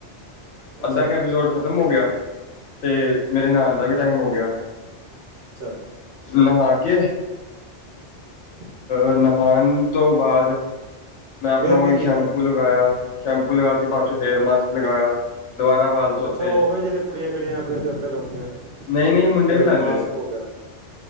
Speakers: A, on the right; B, on the left.
A: ਅੱਛਾ
B: ਅੱਧਾ ਕ ਐਪੀਸੋਡ ਖਤਮ ਹੋ ਗਿਆ ਤੇ ਮੇਰੇ ਨਹਾਣ ਦਾ ਵੀ ਟਾਈਮ ਹੋ ਗਿਆ
A: ਛਾ
B: ਨਹਾ ਕੇ
A: <inaudible>
B: ਅ ਨਹਾਉਣ ਤੋਂ ਬਾਅਦ ਮੈਂ ਆਪਣਾ
A: ਫੇਰ ਕੀ
B: ੳਹੀ ਸ਼ੈਂਪੂ
A: ਕੀਤਾ
B: ਲਗਾਇਆ ਸ਼ੈਂਪੂ ਲਗਾ ਕੇ ਬਾਅਦ ਚੋਂ ਹੇਅਰ ਮਾਸਕ ਲਗਾਇਆ ਦੁਬਾਰਾ ਵਾਲ ਧੋਤੇ
A: ਅੱਛਾ ਉਹੀ ਜਿਹੜੇ ਕੁੜੀਆਂ ਕੜੀਆਂ ਆਪਣੇ ਸਿਰ ਤੇ ਲਾਉਦੀਆਂ
B: ਨਹੀਂ ਨਹੀਂ ਮੁੰਡੇ
A: ਹੇਅਰ
B: ਵੀ ਲਾਂਦੇ
A: ਮਾਸਕ
B: ਨੇ
A: ਹੋ ਗਿਆ